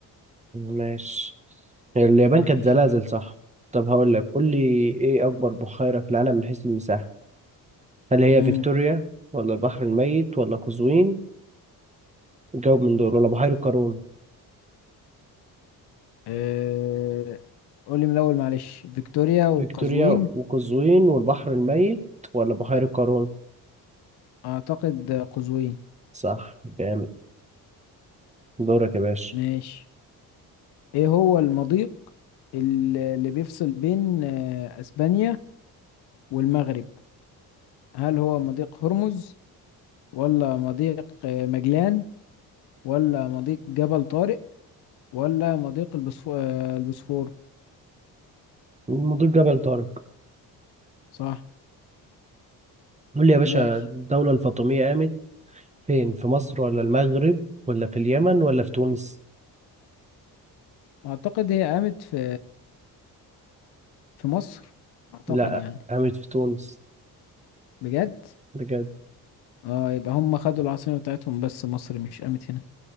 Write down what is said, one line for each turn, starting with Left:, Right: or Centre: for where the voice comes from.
Right: ماشي اليابان
Left: ماشي
Right: كانت زلازل صح طب هقول لك قول لي ايه اكبر بحيرة في العالم من حيث المساحة هل هي
Left: امم
Right: فيكتوريا ولا البحر الميت ولا قزوين جاوب من دول ولا بحيرة قارون
Left: آه، قولي من الأول معلش فيكتوريا وقزوين
Right: فيكتوريا وقزوين والبحر الميت ولا بحيرة قارون
Left: أعتقد قزوين
Right: صح جامد دورك يا باشا
Left: ماشي ايه هو المضيق ال- اللي بيفصل بين آه، اسبانيا والمغرب هل هو مضيق هرمز ولا مضيق آه، مجلان ولا مضيق جبل طارق ولا مضيق البسفو- آه، البوسفور
Right: مضيق جبل طارق
Left: صح
Right: قول لي يا باشا
Left: ماشي
Right: الدولة الفاطمية قامت فين في مصر ولا المغرب ولا في اليمن ولا في تونس
Left: اعتقد هي قامت في في مصر اعتقد
Right: لا
Left: يعني
Right: قامت في تونس
Left: بجد
Right: بجد
Left: اه يبقى هم خدوا العاصمة بتاعتهم بس مصر مش قامت هنا